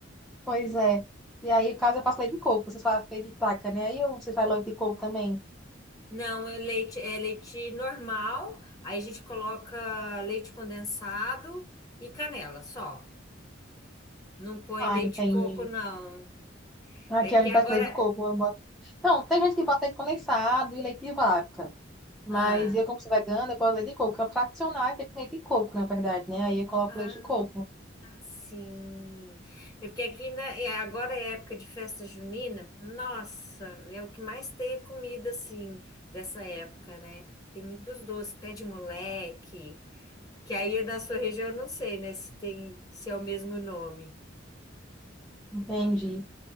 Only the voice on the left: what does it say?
Não, é leite, é leite normal, aí a gente coloca leite condensado e canela só. Não põe
leite
de coco, não.
É que
agora.
Ah,
ah.
Sim, É porque aqui na- é- agora é época de festa junina, nossa, é o que mais tem é comida assim dessa época, né? Tem muitos doces, pé de moleque, que aí na sua região eu não sei, né, se tem, se é o mesmo nome.